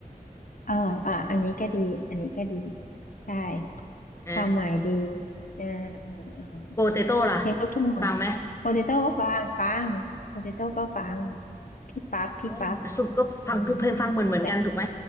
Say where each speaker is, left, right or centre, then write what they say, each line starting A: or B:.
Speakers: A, on the left (about 60°); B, on the left (about 20°).
A: เอออ่าอันนี้ก็ดีอันนี้ก็ดีใช่
B: อ่ะ
A: ความหมายดีอ่าอ่าอ่า
B: โปเตโต้ล่ะ
A: เพลงลูกทุ่งอะ
B: ฟังไหม
A: โปเตโต้ก็ฟังฟังโปเตโต้ก็ฟังพี่ปั๊บ พี่ปั๊บ
B: เออสุดก็ฟังทุกเพลงฟังเหมือนเหมือนกันถูกไหม
A: อืมดีใจ